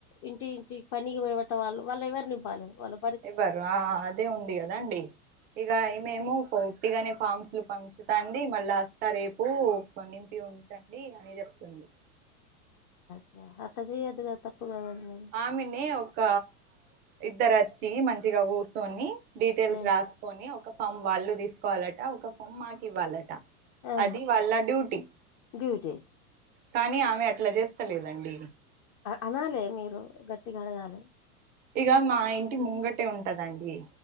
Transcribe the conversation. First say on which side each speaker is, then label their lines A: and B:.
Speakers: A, on the left; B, on the right.
A: ఇంటి ఇంటికి పనికి పోయట వాళ్ళు వాళ్ళు ఎవరిని నింపాలి వాళ్ళు
B: ఇవ్వరు ఆ అదే ఉంది కదా అండి ఇగ మేము పట్టిగానే పామ్స్ పంచుతా అండి మళ్ళీ వస్తా రేపు నింపి ఉంచండి అని చెప్తుంది
A: చా అట్టా చెయ్యద్దుగా తప్పుగాద అది మరి
B: ఆమెనే ఒక ఇద్దరు వచ్చి మంచిగా కూర్చొని డీటెయిల్స్
A: ఆ
B: రాసుకొని ఒక ఫామ్ వాళ్ళు తీసుకోవాలాటా ఒక ఫామ్ మాకు ఇవ్వాలాటా
A: ఆ
B: అది వాళ్ల డ్యూటీ
A: డ్యూటీ
B: కానీ ఆమె అట్లా చేస్త లేదండి
A: అనాలే మీరు గట్టిగా అడగాలి
B: ఇక మా ఇంటి ముంగటే ఉంటాదండి